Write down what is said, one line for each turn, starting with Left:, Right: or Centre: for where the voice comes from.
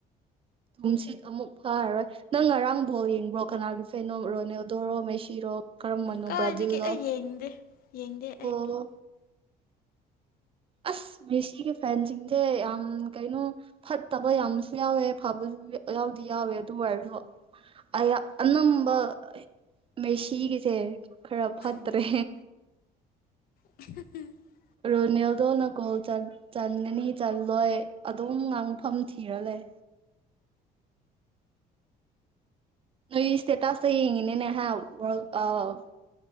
Right: ꯨ ꯇꯨꯝꯁꯤꯠ ꯑꯃꯨꯛ ꯐꯥꯔꯔꯣꯏ ꯅꯪ ꯉꯔꯥꯡ ꯕꯣꯜ ꯌꯦꯡꯕ꯭ꯔꯣ ꯀꯅꯥꯒꯤ ꯐꯦꯟꯅꯣ ꯔꯣꯅꯦꯜꯗꯣꯔꯣ ꯃꯩꯁꯤꯔꯣ ꯀꯔꯝꯕꯅꯣ
Left: ꯀꯥꯏꯗꯒꯤ
Right: ꯕ꯭ꯔꯥꯖꯤꯜꯂꯣ
Left: ꯑꯩ ꯌꯦꯡꯗꯦ ꯌꯦꯡꯗꯦ
Right: ꯑꯣ
Left: ꯑꯩ
Right: ꯑꯁ ꯃꯦꯁꯤꯒꯤ ꯐꯦꯟꯁꯤꯡꯁꯦ ꯌꯥꯝ ꯀꯩꯅꯣ ꯐꯠꯇꯕ ꯌꯥꯝꯁꯨ ꯌꯥꯎꯋꯦ ꯐꯕꯁꯨ ꯌꯥꯎꯗꯤ ꯌꯥꯎꯋꯦ ꯑꯗꯨ ꯑꯣꯏꯔꯁꯨ ꯑꯌꯥ ꯑꯅꯝꯕ ꯃꯦꯁꯤꯒꯤꯁꯦ ꯈꯔ ꯐꯠꯇ꯭ꯔꯦ
Left: ꯎꯝ <inaudible>
Right: ꯔꯣꯅꯦꯜꯗꯣꯅ ꯒꯣꯜ ꯆꯟꯒꯅꯤ ꯆꯜꯂꯣꯏ ꯑꯗꯨꯝ ꯉꯥꯡꯐꯝ ꯊꯤꯔ ꯂꯩ ꯑꯩꯗꯤ ꯁꯇꯦꯇꯁ ꯇ ꯌꯦꯡꯉꯤꯅꯤꯅꯦ ꯍꯥ ꯋꯥꯜ ꯑꯧ